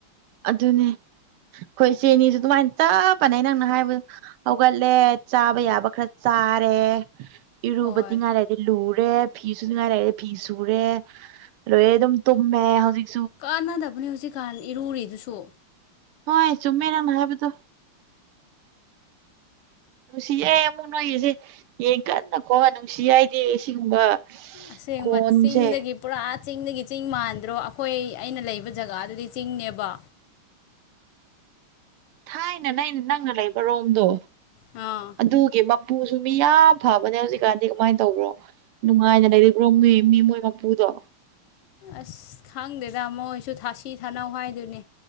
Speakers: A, on the right (about 80°); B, on the left (about 85°).
A: ꯑꯗꯨꯅꯦ ꯑꯈꯣꯏ ꯏꯆꯦꯅꯤꯁꯨ ꯑꯗꯨꯃꯥꯏꯅ ꯇꯞ ꯃꯥꯟꯅꯦ ꯅꯪꯅ ꯍꯥꯏꯕꯗ ꯍꯧꯒꯠꯂꯦ ꯆꯥꯕ ꯌꯥꯕ ꯈꯔ ꯆꯥꯔꯦ ꯏꯔꯨꯕꯇꯤꯡꯉꯥꯏ
B: ꯍꯣꯏ
A: ꯂꯩ ꯂꯨꯔꯦ ꯐꯤ ꯁꯨꯅꯤꯡꯉꯥꯏ ꯂꯩꯔ ꯐꯤ ꯁꯨꯔꯦ ꯂꯣꯏꯔꯦ ꯑꯗꯨꯝ ꯇꯨꯝꯃꯦ ꯍꯧꯖꯤꯛ
B: ꯀꯥꯟꯅꯗꯕꯅꯤ ꯍꯧꯖꯤꯛꯀꯥꯟ ꯏꯔꯨꯔꯤꯗꯨꯁꯨ
A: ꯍꯣꯏ ꯆꯨꯝꯃꯦ ꯅꯪꯅ ꯍꯥꯏꯕꯗꯨ ꯅꯨꯡꯁꯤꯌꯦ ꯑꯃꯨꯛ ꯅꯣꯏꯒꯤꯁꯦ ꯌꯦꯟ ꯀꯟꯅ ꯈꯣꯡꯉ ꯅꯨꯡꯁꯤꯌꯦ ꯑꯩꯗꯤ ꯁꯤꯒꯨꯝꯕ
B: ꯑꯁꯦꯡꯕ
A: ꯈꯣꯟꯁꯦ
B: ꯆꯤꯡꯗꯒꯤ ꯄꯨꯔꯥ ꯆꯤꯡꯗꯒꯤ ꯆꯤꯡ ꯃꯥꯟꯗ꯭ꯔꯣ ꯑꯈꯣꯏ ꯑꯩꯅ ꯂꯩꯕ ꯖꯒꯥꯗꯨꯗꯤ ꯆꯤꯡꯅꯦꯕ
A: ꯊꯥꯏꯅ ꯅꯩꯅ ꯅꯪꯅ ꯂꯩꯕ ꯔꯣꯝꯗꯣ
B: ꯑꯥ
A: ꯑꯗꯨꯒꯤ ꯃꯄꯨꯁꯨ ꯃꯤ ꯌꯥꯝ ꯐꯕꯅꯦ ꯍꯧꯖꯤꯛꯀꯥꯟꯗꯤ ꯀꯃꯥꯏꯅ ꯇꯧꯕ꯭ꯔꯣ ꯅꯨꯡꯉꯥꯏꯅ ꯂꯩꯔꯤꯕ꯭ꯔꯣ ꯃꯤ ꯃꯤ ꯃꯣꯏ ꯃꯄꯨꯗꯣ
B: ꯑꯁ ꯈꯪꯗꯦꯗ ꯃꯣꯏꯁꯨ ꯊꯥꯁꯤ ꯊꯥꯅꯧ ꯍꯥꯏꯗꯨꯅꯦ